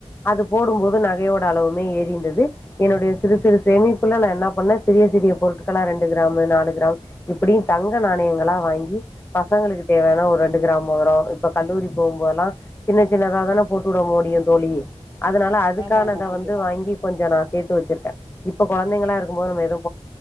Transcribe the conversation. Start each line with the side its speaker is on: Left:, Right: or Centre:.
Left: அது போடும்போது நகையோட அளவுமே ஏரி இருந்துது என்னுடைய சிறு சிறு சேமிப்புல நா என்ன பண்ணே சிறிய சிறிய பொருட் பொருட்களா ரெண்டு கிராமு நாலு கிராமு இப்டி தங்க நாணயங்களா வாங்கி பசங்களுக்கு தேவையானா ஒரு ரெண்டு கிராம் மோதிரோ இப்ப கல்லூரி போகும்போதெல்லா சின்ன சின்னதா தான போட்டுவுட முடியு தோழி அதனால அதுக்கானத
Right: ஆமா ஆமா கண்டிப்பா
Left: வந்து வாங்கி கொஞ்ச நா சேத்து வச்சிருக்கே இப்ப கொழந்தைங்களா இருக்குபோது நம்ம எதுவு